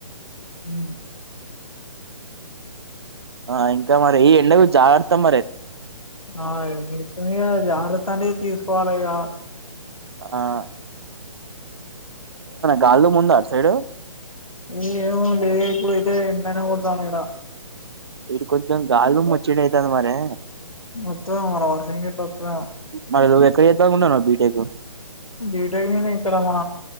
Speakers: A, on the left; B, on the right.
A: ఉమ్
B: ఆ ఇంకా మరి ఈ ఎండకు జాగర్ తా మరే
A: ఆయ్ ఎత్తమ్ ఇగ జాగ్రత్త అనే తీస్ కోవాల్ ఇగ
B: ఆ గాల్ దుమ్ము ఉంద అట్ సైడు
A: ఈ ఏమోలే ఇప్పుడు ఇతే ఎండనె కొడతాంది ఇడ
B: ఇడి కొంచెం గాలు దుమ్ మొచ్చిడయిథాంద్ మరే
A: మొత్తం మర వర్షం గిట వొత్తదేమో
B: మర్ నువ్ ఎక్కడ్ చేద్దాంఉన్నన్ బీటెకు
A: బీటెక్ నేన్ ఇక్కడ మా